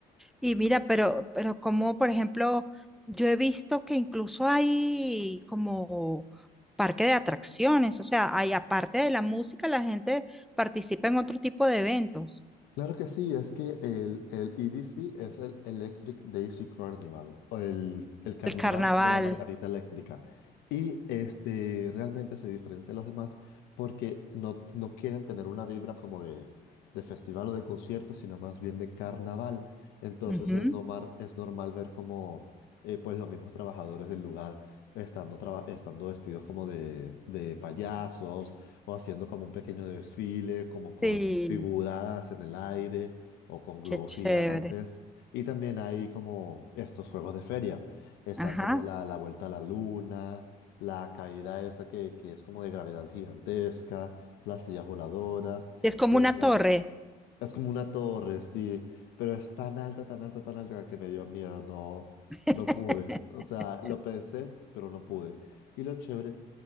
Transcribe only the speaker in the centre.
Y mira, pero, pero como por ejemplo, yo he visto que incluso hay como parque de atracciones, o sea, hay aparte de la música, la gente participa en otro tipo de eventos,
el carnaval.
Ujú.
Sí,
qué chévere.
Ajá.
Es como
una
torre.
<laughs>